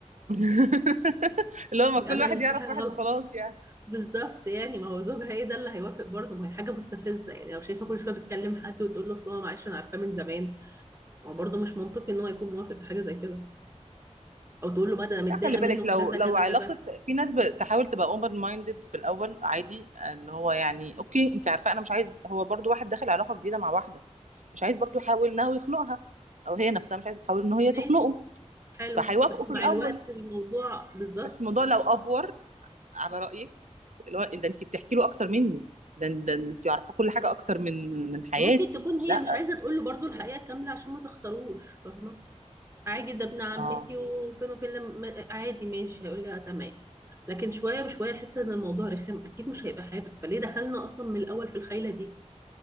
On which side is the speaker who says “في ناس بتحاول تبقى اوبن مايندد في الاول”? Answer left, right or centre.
Right